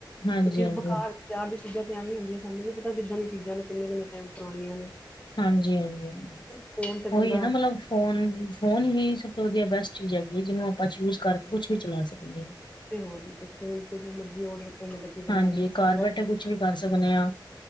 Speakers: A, on the left; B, on the left.
A: ਹਾਂਜੀ-ਹਾਂਜੀ।
B: ਕਿਉਂਕਿ ਬੇਕਾਰ ਬਜ਼ਾਰ ਦੀ ਚੀਜ਼ਾਂ ਤੇ ਐਵੇਂ ਹੁੰਦੀਆਂ ਸਾਨੂੰ ਵੀ ਪਤਾ ਕਿੱਦਾਂ ਦੀਆਂ ਚੀਜ਼ਾਂ ਨੇ ਕਿੰਨੇ ਕਿੰਨੇ ਟਾਈਮ ਪੁਰਾਣੀਆਂ ਨੇ।
A: ਹਾਂਜੀ ਹਾਂਜੀ,
B: ਫੋਨ ਤੇ
A: ਓਹੀ
B: ਬੰਦਾ
A: ਐ ਨਾ ਮਤਲਬ ਫੋਨ ਫੋਨ ਹੀ ਸਭ ਤੋਂ ਵਧੀਆ ਬੈਸਟ ਚੀਜ਼ ਹੈਗੀ ਐ ਜਿਹਨੂੰ ਆਪਾਂ ਯੂਜ ਕਰਕੇ ਕੁੱਛ ਵੀ ਚਲਾ ਸਕਦੇ ਆ।
B: ਤੇ ਹੋਰ ਤੇ ਫੋਨ ਤੇ ਜੋ ਮਰਜ਼ੀ ਔਡਰ ਮਤਲਬ ਕਿ ਬੰਦਾ
A: ਹਾਂਜੀ,
B: ਦੇਖ ਸਕਦਾ।
A: ਘਰ ਬੈਠੇ ਕੁੱਛ ਵੀ ਕਰ ਸਕਦੇ ਆ